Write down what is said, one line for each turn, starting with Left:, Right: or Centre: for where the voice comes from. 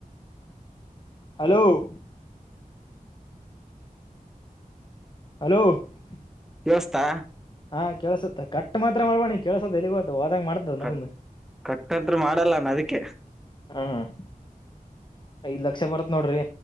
Left: ಹಲೋ! <inaudible> ಹಲೋ? <inaudible>
Centre: ದೋಸ್ತ! <inaudible>
Left: ಹಾ, ಕೇಳುಸುತ್ತೆ, ಕಟ್ ಮಾತ್ರ ಮಾಡಬೇಡ! ಕೇಳುಸುತ್ತೇ, ಹೇಳಿಯೋಗು. <inaudible> ಹೋದಾಗ, ಮಾಡ್ತೀನಿ, ನನಗೇನು,
Centre: ಕಟ್ ಕಟ್ಟಂತ್ರ ಮಾಡಲ್ಲ ನಾ ಅದಕ್ಕೆ
Left: ಹಾ. <inaudible> ಐದ್, ಲಕ್ಷ, ಬರುತ್ತೆ, ನೋಡ್ರಿ?